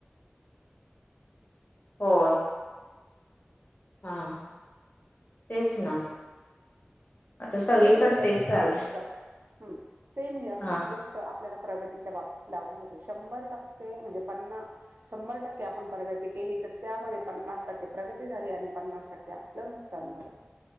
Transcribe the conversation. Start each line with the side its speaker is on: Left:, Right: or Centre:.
Left: होय. हा तेच ना. आता सगळीकडे
Right: सेम हिअर
Left: तेच
Right: तीच
Left: चाललंय.
Right: गोष्ट हम्म. सेम हिअर
Left: हा
Right: तीच गोष्ट आपल्याला प्रगती च्या बाबतीत लागू होते. शंभर टक्के म्हणजे पन्ना शंभर टक्के आपण प्रगती केली तर त्यामध्ये पन्नास टक्के प्रगती झाली आणि पन्नास टक्के आपलं नुकसान झालं.